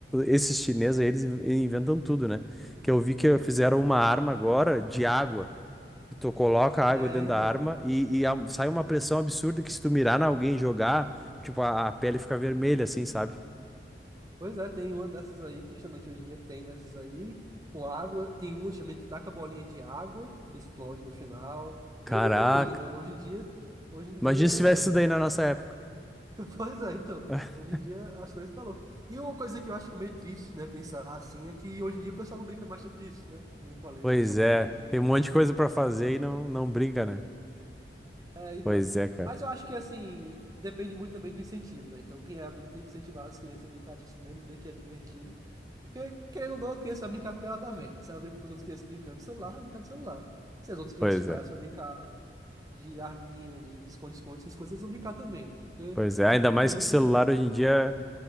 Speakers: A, in the centre; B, on the right (about 20°).
A: esses chineses, aí, eles in- inventam tudo, né? Que eu vi que fizeram uma arma agora de água. Que tu coloca a
B: É,
A: água dentro
B: então.
A: da arma e, e a- sai uma pressão absurda que se tu mirar na alguém e jogar, tipo, a, a pele fica vermelha, assim, sabe?
B: Pois é, tem uma dessas aí que justamente hoje em dia tem dessas aí, com água. Tem uma também que taca bolinha de água, que explode no final.
A: Caraca.
B: Tem muita coisa, né? Hoje em dia, hoje em dia,
A: Imagina
B: eu
A: se tivesse isso daí na
B: acho
A: nossa
B: que.
A: época.
B: <laughs> Pois é, então.
A: <laughs>
B: Hoje em dia as coisas estão loucas. E uma coisa que eu acho que é meio triste, né, pensar assim, é que hoje em dia o pessoal não brinca mais tanto disso, né? Como eu falei,
A: Pois
B: o pessoal brinca
A: é.
B: muito no,
A: Tem um monte de coisa pra
B: no
A: fazer
B: celular e tudo
A: e não,
B: mais.
A: não brinca, né?
B: É, então.
A: Pois é, cara.
B: Mas eu acho que, assim, depende muito também do incentivo, né? Então, quem é adulto tem que incentivar as crianças a brincar disso mesmo, ver que é divertido. Porque, querendo ou não, a criança vai brincar com o que ela tá vendo. né? Se ela vê com as outras crianças brincando no celular, vai brincar no celular. Se as outras crianças
A: Pois
B: chamarem
A: é.
B: elas pra brincar de arminha, de esconde-esconde, essas coisas, elas vão brincar também, né? Porque
A: Pois é. Ainda mais
B: criança.
A: que celular hoje em dia.